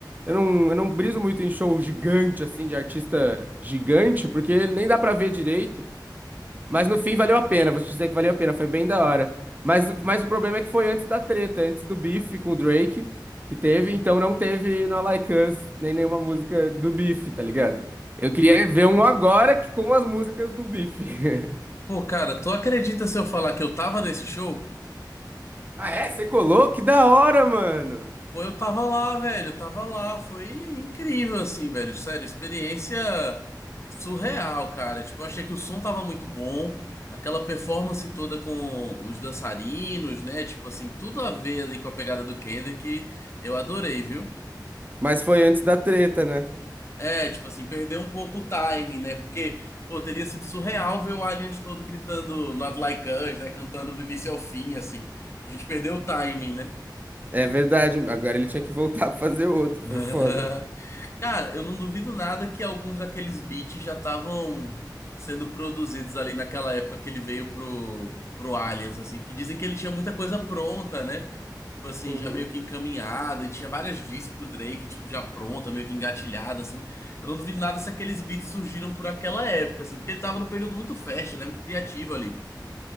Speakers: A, on the right; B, on the left.
A: eu não, eu não briso muito em show gigante, assim, de artista gigante, porque nem dá pra ver direito. Mas no fim valeu a pena, vou te dizer que valeu a pena, foi bem da hora. Mas, mas o problema é que foi antes da treta, antes do Beef com o Drake, que teve, então não teve na Like Us nem nenhuma música do Beef, tá ligado? Eu queria ver um agora que- com as músicas do Beef. <laughs>
B: Pô, cara, tu acredita se eu falar que eu tava nesse show?
A: Ah, é? Você colou? Que da hora, mano!
B: Pô, eu tava lá, velho, eu tava lá, foi incrível, assim, velho, sério, experiência surreal, cara, tipo, eu achei que o som tava muito bom, aquela performance toda com os dançarinos, né, tipo assim, tudo a ver ali com a pegada do Kendrick, eu adorei, viu?
A: Mas foi antes da treta, né?
B: É, tipo assim, perdeu um pouco o time, né, porque, pô, teria sido surreal ver o Aliens todo gritando Not Like Us, né, cantando do início ao fim, assim, a gente perdeu o timing, né?
A: É verdade, agora ele tinha que voltar <laughs> pra fazer outro,
B: <laughs>
A: foi foda.
B: Cara, eu não duvido nada que alguns daqueles beats já estavam sendo produzidos ali naquela época que ele veio pro, pro Aliens, assim, porque dizem que ele tinha muita coisa pronta, né? Tipo assim,
A: Uhum.
B: já meio que encaminhada, e tinha várias discs pro Drake, tipo, já pronta, meio que engatilhada, assim. Eu não duvido nada se aqueles beats surgiram por aquela época, assim, porque ele tava num período muito fértil, né? Muito criativo ali.